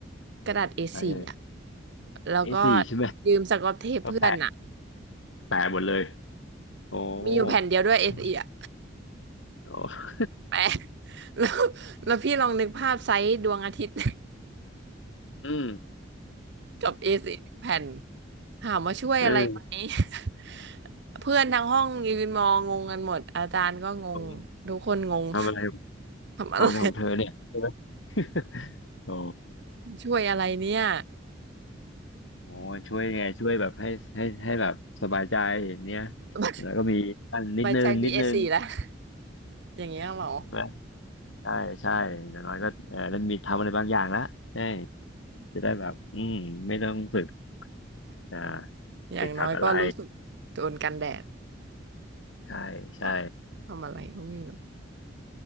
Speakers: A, on the right (about 65°); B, on the left (about 80°).
A: กระดาษเอสี่อะ
B: อะไรเอ่ย
A: แล้วก็
B: เอสี่ใช่ไหม
A: ยืมสก๊อตเทปเพื่อนอะ
B: ก็แปะแปะหมดเลยโอ้
A: มีอยู่แผ่นเดียวด้วยเอสี่อะ
B: ใช่ไหมโอ้
A: แปะ <laughs> แล้วแล้วพี่ลองนึกภาพไซส์ดวงอาทิตย์
B: <laughs> อืม
A: กับ a ีหนึ่งแผ่นถามว่าช่วยอะไรไหม
B: เออ
A: <laughs> เพื่อนทั้งห้องยืนมองงงกันหมดอาจารย์ก็งงทุกคนงง
B: <laughs> ทำอะไร
A: <laughs> ทำอะไร
B: ทำอะไรของเธอเนี่ยใช่ไหม <laughs> โอ้
A: <laughs> ช่วยอะไรเนี่ย
B: โอ้ช่วยไงช่วยแบบให้ให้ให้แบบสบายใจเนี่ย
A: <laughs>
B: แล้วก็มีอันนิดนึงนิดนึง
A: ใบใจดีเอสซี่แล้ว <laughs> อย่างเงี้ยเหรอ
B: ใช่ไหม ใช่ใช่อย่างน้อยก็เออได้มีทำอะไรบางอย่างละใช่จะได้แบบอืมไม่ต้องฝึกอ่า
A: อย่างน้อยก็รู้สึกโดนกันแดด
B: ติดขัดอะไรใช่ใช่
A: <laughs> มากทำอะไรก็ไม่รู้